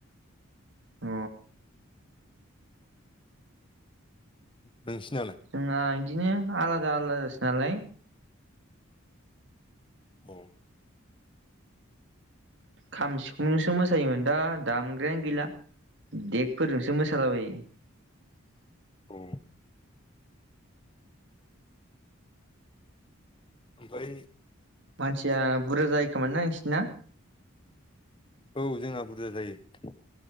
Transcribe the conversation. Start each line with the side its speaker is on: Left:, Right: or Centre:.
Right: अ
Left: नोंसिनालाय
Right: जोंना इदिनो आलादा आलादासो नालाय
Left: औ
Right: खाम सिफुंजोंसो मोसायोमोन दा दामग्रायानो गैला देगफोरजोंसो मोसालाबायो
Left: अ बै
Right: मानसिया बुरजा जायोखोमा ना नोंसिना
Left: औ जोंना बुरजा जायो